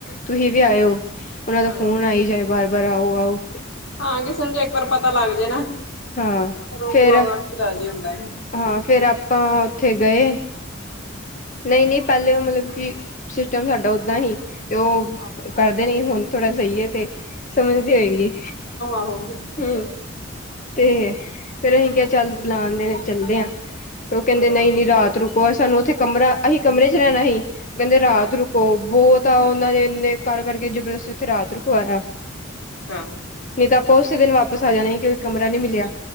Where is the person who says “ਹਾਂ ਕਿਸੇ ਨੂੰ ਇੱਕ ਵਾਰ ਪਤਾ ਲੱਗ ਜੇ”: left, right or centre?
Left